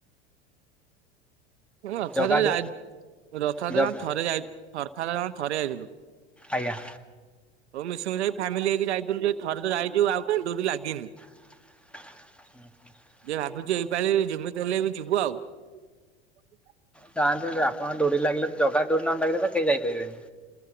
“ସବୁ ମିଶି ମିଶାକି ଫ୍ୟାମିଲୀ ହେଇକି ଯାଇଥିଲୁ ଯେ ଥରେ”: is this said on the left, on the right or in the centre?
Right